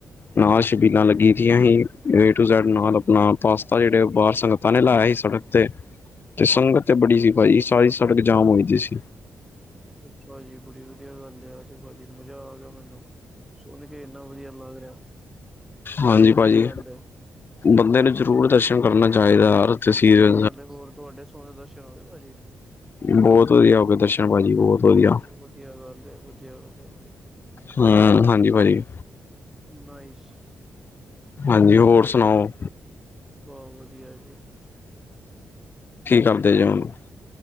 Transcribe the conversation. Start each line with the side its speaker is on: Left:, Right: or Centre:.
Left: ਨਾਲ ਛਬੀਲਾਂ ਲੱਗੀ ਦਿਆਂ ਸੀ। ਏ ਟੂ ਜੈਡ ਨਾਲ ਆਪਣਾ ਪਾਸਤਾ ਜਿਹੜੇ ਬਾਹਰ ਸੰਗਤਾਂ ਨੇ ਲਾਇਆ ਸੀ ਸੜਕ ਤੇ ਤੇ ਸੰਗਤ ਤੇ ਬੜੀ ਸੀ ਭਾਜੀ ਸਾਰੀ ਸੜਕ ਜਾਮ ਹੋਈਦੀ ਸੀ।
Centre: ਅੱਛਾ ਜੀ ਬੜੀ ਵਧੀਆ ਗੱਲ ਏ, ਹਾਂਜੀ ਭਾਜੀ ਮਜ਼ਾ ਆ ਗਿਆ ਮੈਨੂੰ। ਸੁਣ ਕੇ ਇੰਨਾ ਵਧੀਆ ਲੱਗ ਰਿਹਾ।
Left: ਹਾਂਜੀ
Centre: ਬੜੀ ਵਧੀਆ
Left: ਭਾਜੀ।
Centre: ਗੱਲ ਹੈ
Left: ਬੰਦੇ ਨੂੰ ਜ਼ਰੂਰ ਦਰਸ਼ਨ ਕਰਨਾ ਚਾਹੀਦਾ ਯ ਤਸੀਰ
Centre: ਸਹੀ ਗੱਲ ਹੈ ਹੋਰ ਤੁਹਾਡੇ ਸੋਹਣੇ ਦਰਸ਼ਨ ਹੋ ਗਏ ਭਾਜੀ
Left: ਬਹੁਤ ਵਧੀਆ ਹੋ ਗਏ ਦਰਸ਼ਨ ਭਾਜੀ ਬਹੁਤ। ਵਧੀਆ
Centre: ਵਧੀਆ ਗੱਲ ਹੈ, ਵਧੀਆਂ ਗੱਲ ਹੈ ਬੜੀ।
Left: ਹੂੰ ਹਾਂਜੀ ਭਾਜੀ
Centre: ਨਾਈਸ
Left: ਹਾਂਜੀ ਹੋਰ ਸੁਣਾਓ।
Centre: ਬਹੁਤ ਵਧੀਆ ਜੀ।
Left: ਕੀ ਕਰਦੇ ਜੇ ਉਹਨੂੰ